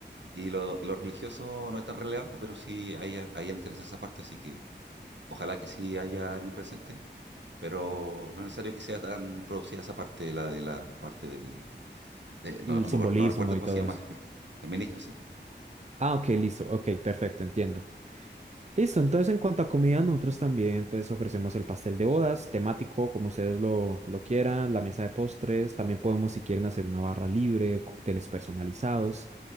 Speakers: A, on the right; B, on the right.
A: Y lo, lo religioso no es tan relevante, pero sí a ella, a ella le interesa esa parte, así que ojalá que sí haya alguien presente, pero no es necesario que sea tan producida esa parte, la de la parte del... de- no,
B: el
A: no
B: simbolismo
A: me acuerdo no recuerdo cómo
B: y todo
A: se llama,
B: eso.
A: <laughs> el ministro, sí.
B: Ah, ok, listo, ok, perfecto, entiendo. Listo, entonces en cuanto a comida, nosotros también pues ofrecemos el pastel de bodas, temático, como ustedes lo, lo quieran, la mesa de postres, también podemos si quieren hacer una barra libre, cócteles personalizados.